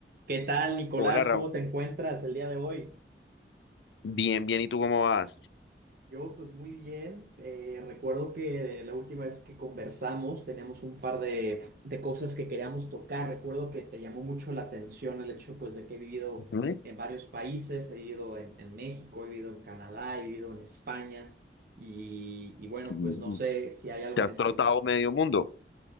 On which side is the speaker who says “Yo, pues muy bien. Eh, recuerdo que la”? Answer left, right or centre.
Right